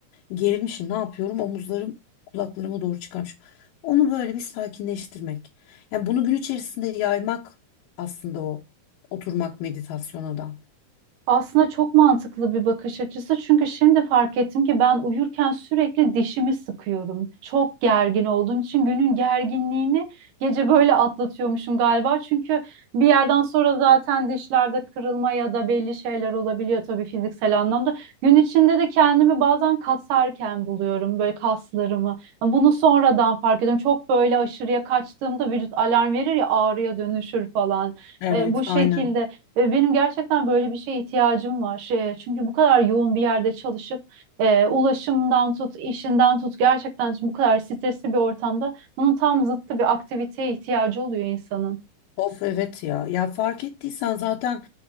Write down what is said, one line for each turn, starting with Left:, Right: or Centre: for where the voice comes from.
Left: gerilmişim ne yapıyorum omuzlarım kulaklarıma doğru çıkarmışım. Onu böyle bir sakinleştirmek. Yani bunu gün içerisinde yaymak aslında o oturmak meditasyona da.
Right: Aslında çok mantıklı bir bakış açısı çünkü şimdi fark ettim ki ben uyurken sürekli dişimi sıkıyorum. Çok gergin olduğum için günün gerginliğini gece böyle atlatıyormuşum galiba. Çünkü bir yerden sonra zaten dişlerde kırılma ya da belli şeyler olabiliyor tabii fiziksel anlamda. Gün içinde de kendimi bazen kasarken buluyorum böyle kaslarımı. Bunu sonradan fark ediyorum. Çok böyle aşırıya kaçtığımda vücut alarm verir ya ağrıya dönüşür falan.
Left: Evet.
Right: E, bu şekilde.
Left: Aynen.
Right: Ve benim gerçekten böyle bir şeye ihtiyacım var. E, çünkü bu kadar yoğun bir yerde çalışıp e, ulaşımdan tut, işinden tut gerçekten bu kadar stresli bir ortamda bunun tam zıttı bir aktiviteye ihtiyacı oluyor insanın.
Left: Of evet ya. Ya fark ettiysen zaten